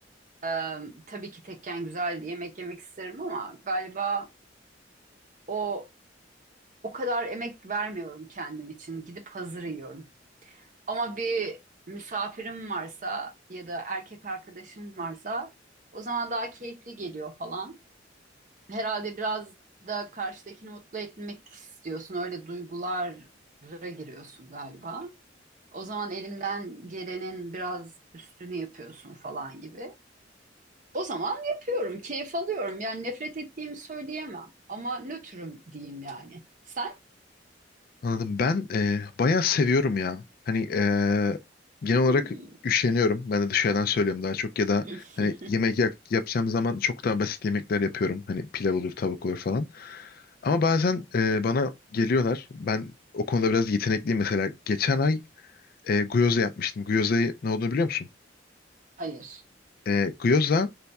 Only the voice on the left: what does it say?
Anladım. Ben e, bayağı seviyorum ya. Hani e, genel
olarak üşeniyorum. Ben de dışarıdan söylüyorum daha çok. Ya da
hani yemek yap- yapacağım zaman çok daha basit yemekler yapıyorum. Hani pilav olur, tavuk olur falan. Ama bazen e, bana geliyorlar. Ben o konuda biraz yetenekliyim mesela. Geçen ay e, gyoza yapmıştım. Gyoza'yı ne olduğunu biliyor musun?
E, gyoza